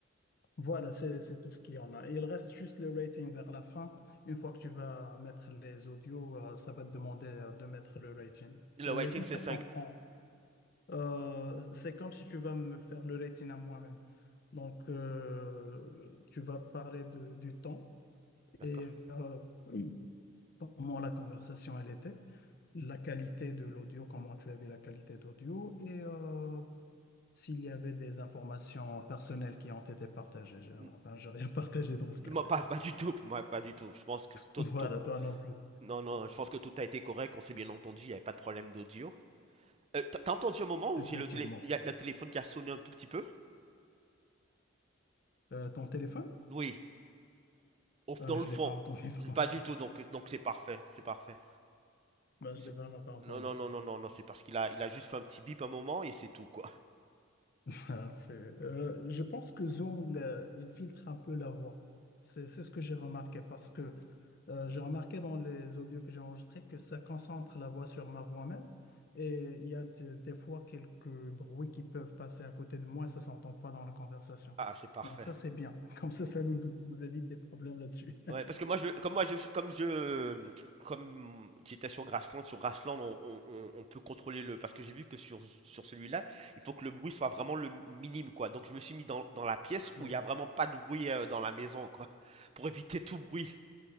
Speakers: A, on the left; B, on the right.
A: Voilà, c'est c'est tout ce qu'il y en a. Il reste juste le rating vers la fin. Une fois que tu vas mettre les audios, euh, ça va te demander euh, de mettre le rating.
B: Le
A: Le
B: waiting,
A: rating,
B: c'est
A: ça
B: cinq,
A: comprend. euh, c'est comme si tu vas me faire le rating à moi-même. Donc, euh, tu vas parler de, du temps
B: D'accord.
A: et euh, Oui. comment la conversation elle était, la qualité de l'audio, comment tu avais la qualité d'audio et euh, s'il y avait des informations personnelles qui ont été partagées. J'ai
B: N-
A: ben, j'ai rien <laughs> partagé dans ce cas.
B: Moi, pas, pas du tout. Moi, pas du tout. Je pense que c'est tout,
A: Voilà,
B: tout-
A: toi non plus,
B: Non, non, je pense que tout a été correct. On s'est bien entendu. Il n'y avait pas de problème d'audio. Euh, t'as t'as entendu un moment
A: effectivement.
B: où j'ai le télé... il y a le téléphone qui a sonné un tout petit peu?
A: Euh, ton téléphone?
B: Oui. Au, f-
A: Euh,
B: dans
A: je
B: le fond.
A: l'ai pas entendu, <laughs> franchement.
B: Pas du tout. Donc, euh, donc c'est parfait. C'est parfait.
A: Ben, je
B: C'est-
A: l'ai vraiment pas entendu.
B: Non, non, non, non, non, non. C'est parce qu'il a, il a juste fait un petit bip un moment et c'est tout, quoi.
A: Ah, c'est- euh, je pense que Zoom, il, euh, il filtre un peu la voix. C'est c'est ce que j'ai remarqué parce que euh, j'ai remarqué dans les audios que j'ai enregistrés que ça concentre la voix sur ma voix même. Et il y a des, des fois quelques bruits qui peuvent passer à côté de moi, ça s'entend pas dans la conversation.
B: Ah, c'est parfait.
A: Donc ça, c'est bien. <laughs> Comme ça, ça nous, nous évite des problèmes là-dessus.
B: Ouais, parce que moi, je, comme moi, je, comme je, comme j'étais sur Grassland, sur Grassland, on, on- on- on peut contrôler le, parce que j'ai vu que sur, sur celui-là, il faut que le bruit soit vraiment le minime, quoi. Donc je me suis mis dans, dans la pièce
A: <laughs>
B: où il y a vraiment pas de bruit euh, dans la maison, quoi, <laughs> pour éviter tout bruit.